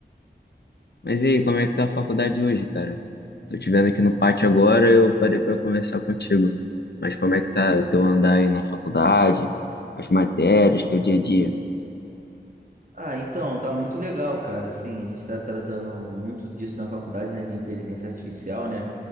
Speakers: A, on the left; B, on the right.
A: Mas e aí, como é que tá a faculdade hoje, cara? Tô te vendo aqui no pátio agora, eu parei pra conversar contigo. Mas como é que tá teu andar aí na faculdade, as matérias, teu dia a dia?
B: Ah, então, tá muito legal, cara. Assim, a gente tá tratando muito disso na faculdade, né, de inteligência artificial, né,